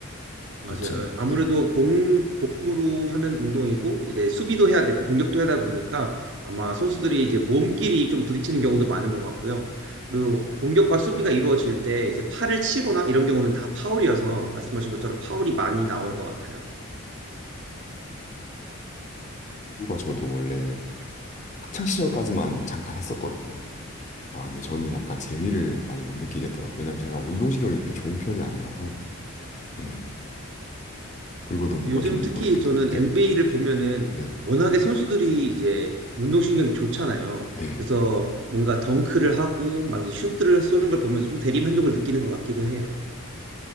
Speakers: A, on the right; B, on the left.
A: 맞아요.
B: 그렇지 않나요?
A: 어, 아무래도
B: 네.
A: 공, 공으로 하는 운동이고, 이제 수비도 해야 되고, 공격도 하다 보니까 아마 선수들이 이제 몸끼리 좀 부딪히는 경우도 많은 것 같고요. 그리고 공격과 수비가 이루어질 때 이제 팔을 치거나 이런 경우는 다 파울이어서 말씀하신 것처럼 파울이 많이 나오는 것 같아요.
B: 농구가 저도 원래는 학창 시절까지만 잠깐 했었거든요. 아, 근데 저는 약간 재미를 많이 못 느끼겠더라고요. 왜냐면 제가 운동신경이 이렇게 좋은 편이 아니라서. 네. 그리고 농구가
A: 근데 요즘
B: 좀
A: 특히
B: 어렵게
A: 저는
B: 되고. 네.
A: NBA를 보면은
B: 네.
A: 워낙에 선수들이 이제 운동신경이 좋잖아요.
B: 네.
A: 그래서 뭔가 덩크를 하고 막 이제 슛들을 쏘는 걸 보면서 좀 대리만족을 느끼는 것 같기도 해요.